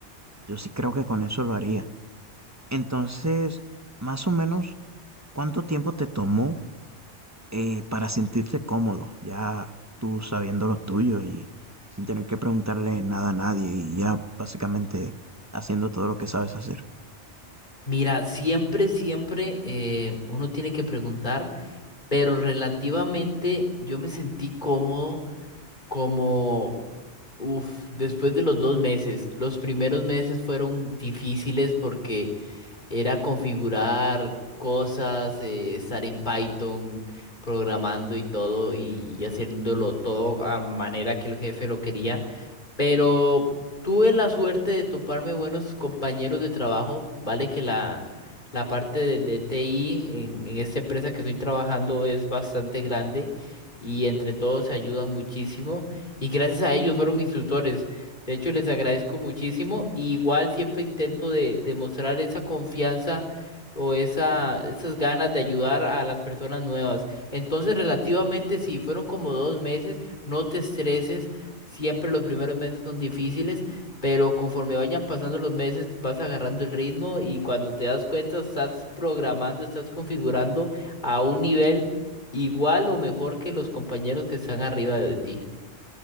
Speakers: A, on the right; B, on the left.
A: yo sí creo que con eso lo haría. Entonces, más o menos, ¿cuánto tiempo te tomó eh, para sentirse cómodo, ya tú sabiendo lo tuyo y sin tener que preguntarle nada a nadie y ya básicamente haciendo todo lo que sabes hacer.
B: Mira, siempre, siempre eh, uno tiene que preguntar, pero relativamente yo me sentí cómodo como, uff, después de los dos meses. Los primeros meses fueron difíciles porque Era configurar cosas, eh, estar en Python, programando y todo, y, y haciéndolo todo a manera que el jefe lo quería. Pero tuve la suerte de toparme buenos compañeros de trabajo. Vale que la, la parte de, de TI en, en esta empresa que estoy trabajando es bastante grande y entre todos se ayudan muchísimo. Y gracias a ellos fueron mis tutores. De hecho, les agradezco muchísimo. Y igual siempre intento de, demostrar esa confianza o esa, esas ganas de ayudar a las personas nuevas. Entonces, relativamente sí, fueron como dos meses. No te estreses. Siempre los primeros meses son difíciles, pero conforme vayan pasando los meses vas agarrando el ritmo y cuando te das cuenta estás programando, estás configurando a un nivel igual o mejor que los compañeros que están arriba de ti.